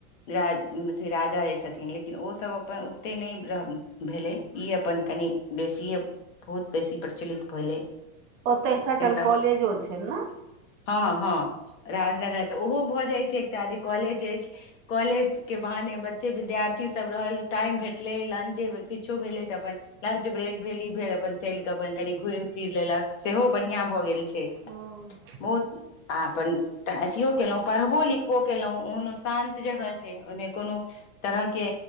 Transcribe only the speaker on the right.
ओतै सटल
कॉलेजो छै नऽ।
छै
हँ।